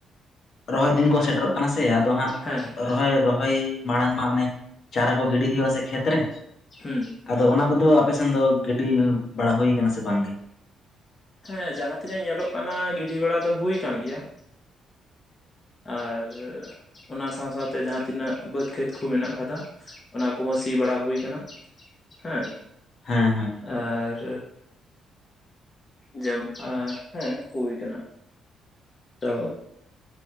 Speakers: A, on the left; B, on the left.
A: ᱨᱚᱦᱚᱭ ᱫᱤᱱ ᱠᱚ ᱥᱮᱴᱮᱨᱚᱜ ᱠᱟᱱᱟ ᱥᱮ ᱛᱚ ᱦᱟᱸᱜ
B: ᱦᱮᱸ ᱦᱮᱸ
A: ᱨᱚᱦᱚᱭ ᱨᱚᱦᱚᱭ ᱢᱟᱲᱟᱝ ᱢᱟ ᱚᱱᱮ ᱪᱟᱨᱟ ᱠᱚ ᱜᱤᱰᱤ ᱦᱩᱭᱩᱜ-ᱟ ᱥᱮ ᱠᱷᱮᱛ ᱨᱮ
B: ᱦᱩᱸ
A: ᱟᱫᱚ ᱚᱱᱟ ᱠᱚᱫᱚ ᱟᱯᱮᱥᱱ ᱫᱚ ᱜᱤᱰᱤ ᱵᱟᱲᱟ ᱦᱩᱭ ᱠᱟᱱᱟ ᱥᱮ ᱵᱟᱝ ᱜᱮ?
B: ᱦᱮᱸ ᱡᱟᱦᱟᱸ ᱛᱤᱱᱟᱹᱜ ᱧᱮᱞᱚᱜ ᱠᱟᱱᱟ ᱜᱤᱰᱤ ᱵᱟᱲᱟ ᱫᱚ ᱦᱩᱭ ᱠᱟᱱ ᱜᱮᱭᱟ, ᱟᱨ ᱚᱱᱟ ᱥᱟᱶ ᱥᱟᱶᱛᱮ ᱡᱟᱦᱟᱸ ᱛᱱᱟᱹᱜ ᱵᱟᱹᱫᱽ ᱠᱷᱮᱛ ᱠᱚ ᱢᱮᱱᱟᱜ ᱟᱠᱟᱫᱟ ᱚᱱᱟ ᱠᱚᱦᱚᱸ ᱥᱤ ᱵᱟᱲᱟ ᱦᱩᱭ ᱠᱟᱱᱟ, ᱦᱮᱸ
A: ᱦᱮᱸ ᱦᱮᱸ
B: ᱟᱨ ᱡᱮ ᱟ ᱦᱮᱸ ᱦᱩᱭ ᱠᱟᱱᱟ᱾ ᱛᱚ